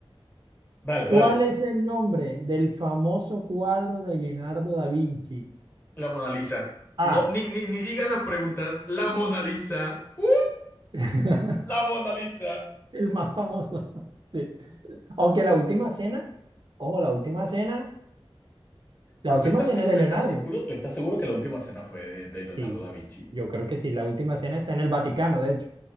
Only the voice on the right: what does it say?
¿Cuál
es el nombre del famoso cuadro de Leonardo da Vinci?
A.
<laughs>
El más famoso. Sí. Aunque la última cena, ojo, la última cena,
la última
cena
es
de Leonardo.
Sí,
yo creo que sí. La última cena está en el Vaticano, de hecho.